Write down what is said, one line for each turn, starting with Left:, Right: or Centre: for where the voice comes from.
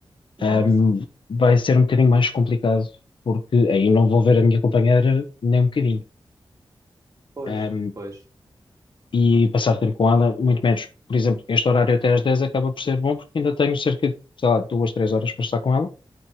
Right: Nossa.
Left: ah, vai ser um bocadinho mais complicado, porque aí não vou ver a minha companheira nem um bocadinho.
Right: Pois,
Left: Ah,
Right: pois.
Left: e passar tempo com ela, muito menos. Por exemplo, este horário até às 10 acaba por ser bom, porque ainda tenho cerca de, sei lá, duas, três horas para estar com ela